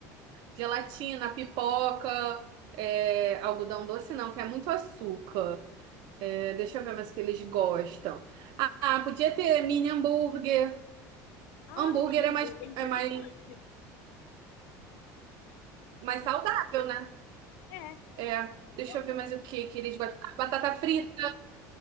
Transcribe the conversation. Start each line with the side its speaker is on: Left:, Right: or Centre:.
Right: Gelatina, pipoca, é, algodão doce não, que é muito açúcar. É, deixa eu ver mais o que eles gostam. Ah, ah, podia ter mini hambúrguer.
Left: Ah,
Right: Hambúrguer
Left: mini
Right: é
Left: hambúrguer
Right: mais,
Left: é interessante.
Right: é mais, mais saudável, né?
Left: É,
Right: É. Deixa
Left: realmente.
Right: eu ver mais o que que eles gostam. Ah, Batata frita,